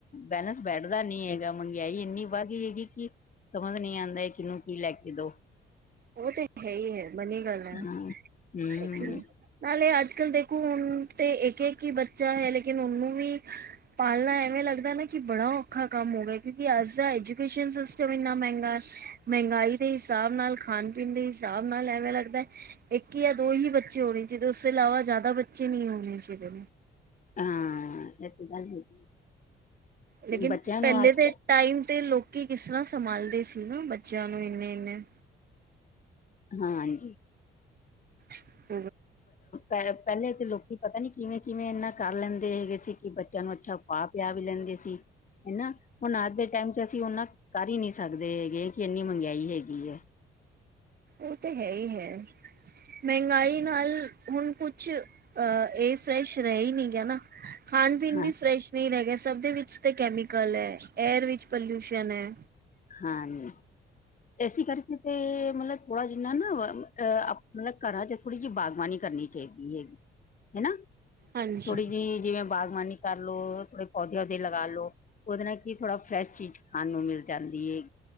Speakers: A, on the left; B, on the right.
A: ਬੈਲੇੈਂਸ ਬੈਠਦਾ ਨੀ ਹੈਗਾ ਮੰਗਿਆਈ ਇੰਨੀ ਵੱਧ ਗਈ ਹੈਗੀ ਕਿ ਸਮਝ ਨੀ ਆਉਂਦਾ ਕਿਹਨੂੰ ਕੀ ਲੈ ਕੇ ਦੋ
B: ਉਹ ਤੇ ਹੈ ਹੀ ਹੈ ਬਨੀ ਗੱਲ ਹੈ
A: ਹਾਂ।
B: ਥੈਂਕਯੂ
A: ਹੂੰ
B: ਨਾਲੇ ਅੱਜ ਕੱਲ ਦੇਖੋ ਹੁਣ ਤੇ ਇੱਕ ਹੀ ਬੱਚਾ ਹੈ ਲੇਕਿਨ ਉਹਨੂੰ ਵੀ ਪਾਲਣਾ ਐਵੇਂ ਲੱਗਦਾ ਨਾ ਕਿ ਬੜਾ ਔਖਾ ਕੰਮ ਹੋ ਗਿਆ ਕਿਉਕਿ ਅੱਜ ਦਾ ਐਜੂਕੇਸ਼ਨ ਸਿਸਟਮ ਇੰਨਾ ਮਹਿੰਗਾ ਮਹਿੰਗਾਈ ਦੇ ਹਿਸਾਬ ਨਾਲ ਖਾਣ ਪੀਣ ਦੇ ਹਿਸਾਬ ਨਾਲ ਐਵੇਂ ਲੱਗਦਾ ਹੈ ਇੱਕ ਜਾਂ ਦੋ ਹੀ ਬੱਚੇ ਹੋਣੇ ਚਾਹੀਦੇ ਉਸ ਤੋਂ ਇਲਾਵਾ ਜ਼ਿਆਦਾ ਬੱਚੇ ਨਹੀਂ ਹੋਣੇ ਚਾਹੀਦੇ
A: ਹਾਂ ਇਹ ਤੇ ਗੱਲ ਹੈਗੀ
B: ਲੇਕਿਨ
A: ਬੱਚਿਆਂ ਨੂੰ
B: ਪਹਿਲੇ
A: ਅੱਜ
B: ਦੇ
A: ਕੱਲ
B: ਟਾਈਮ ਤੇ ਲੋਕੀ ਕਿਸ ਤਰ੍ਹਾਂ ਸੰਭਾਲਦੇ ਸੀ ਨਾ ਬੱਚਿਆਂ ਨੂੰ ਇੰਨੇ ਇੰਨੇ!
A: ਹਾਂਜੀ।
B: <unintelligible>
A: ਪਹਿਲੇ ਤੇ ਲੋਕੀ ਪਤਾ ਨੀ ਕਿਵੇਂ ਕਿਵੇਂ ਇਹਨਾ ਕਰ ਲੈਂਦੇ ਹੈਗੇ ਸੀ ਕਿ ਬੱਚਿਆਂ ਨੂੰ ਅੱਛਾ ਆ ਪਿਆਰ ਵੀ ਲੈਂਦੇ ਸੀ ਹਨਾ ਹੁਣ ਅੱਜ ਦੇ ਟਾਈਮ ਚ ਅਸੀਂ ਉਹਨਾਂ ਕਰ ਹੀ ਨਹੀਂ ਸਕਦੇ ਹੈਗੇ, ਕਿ ਇੰਨੀ ਮਹਿੰਗਾਈ ਹੈਗੀ ਹੈ।
B: ਉਹ ਤੇ ਹੈ ਹੀ ਹੈ, ਮਹਿੰਗਾਈ ਨਾਲ ਹੁਣ ਕੁਛ ਅਹ ਇਹ ਫਰੈਸ਼ ਰਹਿ ਹੀ ਨੀ ਗਿਆ ਨਾ, ਖਾਣ ਪੀਣ
A: ਹਾਂ
B: ਵੀ ਫਰੈਸ਼ ਨਹੀਂ ਰਹਿ ਗਿਆ, ਸਭ ਦੇ ਵਿੱਚ ਤੇ ਕੈਮੀਕਲ ਹੈ, ਏਅਰ ਵਿੱਚ ਪੋਲਿਊਸ਼ਨ ਹੈ।
A: ਹਾਂਜੀ, ਇਸੇ ਕਰਕੇ ਤੇ ਮਤਲਬ ਥੋੜਾ ਜਿੰਨਾ ਨਾ ਅ ਮਤਲਬ ਘਰਾਂ 'ਚ ਥੋੜ੍ਹੀ ਜਿਹੀ ਬਾਗਬਾਨੀ ਕਰਨੀ ਚਾਹੀਦੀ ਹੈਗੀ, ਹਨਾ?
B: ਹਾਂਜੀ
A: ਥੋੜ੍ਹੀ ਜਿਹੀ ਜਿਵੇਂ ਬਾਗਬਾਨੀ ਕਰਲੋ, ਥੋੜੇ ਪੌਦੇ-ਓਦੇ ਲੱਗਾ ਲੋ। ਉਹਦੇ ਨਾਲ ਕੀ, ਥੋੜਾ ਫਰੈਸ਼ ਚੀਜ਼ ਖਾਣ ਨੂੰ ਮਿਲ ਜਾਂਦੀ ਹੈ